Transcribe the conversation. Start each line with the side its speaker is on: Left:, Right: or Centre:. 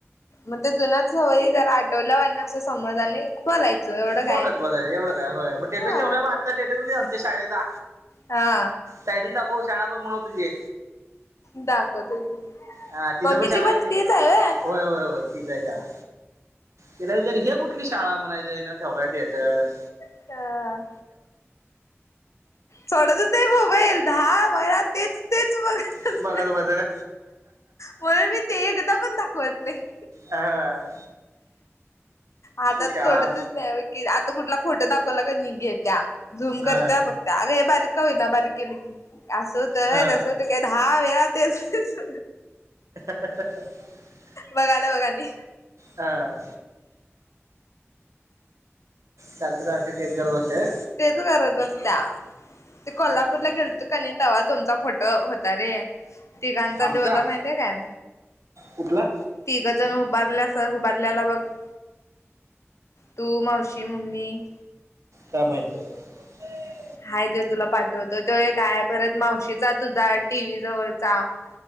Left: मग ते जुन्याच सवयी जरा, आठवल्यावर आणि अस समज आणि बोलायचं, एवढं काय,
Right: बोलत बसायचं एवढं होय मग, स्टेटस
Left: हा
Right: ठेवलाय बघ आजचा स्टेटस बागीतलास कायआमच्या शाळेचा,
Left: हा,
Right: तायडी ला दाखव, शाळा बघ म्हणव तुझी,
Left: दाखवतो की
Right: हा तिज
Left: मम्मीची
Right: पण शाळती,
Left: तीच आहे व्हय
Right: होय, होय, होय, तीच आहे शाळा, तिला विचार हे कुठली शाळा म्हणायच, ना यान ठेवलाय स्टेटस,
Left: अ, सोडतच नाही, मोबाईल दहा वेळा तेच- तेच बघत
Right: तू
Left: असतय, <unintelligible>
Right: बसर
Left: म्हणून मी ते, एकदा पण दाखवत नाही.
Right: हा,
Left: आता सोडतच
Right: शाळा
Left: नाही, की आता कुठला फोटो दाखवला कणी घेत्या, झूम
Right: हा,
Left: करते त्या बघतत्या, अग हे बारीक का होना बारीक गेली की. असं होतय,
Right: हा,
Left: तसं होत काय दहा वेळा तेच
Right: <unintelligible>
Left: बघाल बघ आणि,
Right: हा, सारखे- सारखे तेच करत बसते होय.
Left: तेच करत बस्त्या, ते कोल्हापूरला गेल तोकणी, तेंव्हा तुमचा फोटो होता रे, तिघांचा
Right: आमचा
Left: ते होता माहितीे काय?
Right: कुठला?
Left: तिघं जण उभारल्यास उभारल्याला बघ - तू मावशी मम्मी -
Right: का माहित बाई -
Left: हा ते तुला पाठवतो तो एक काय परत मावशीचा तुझा टीव्ही जवळचा -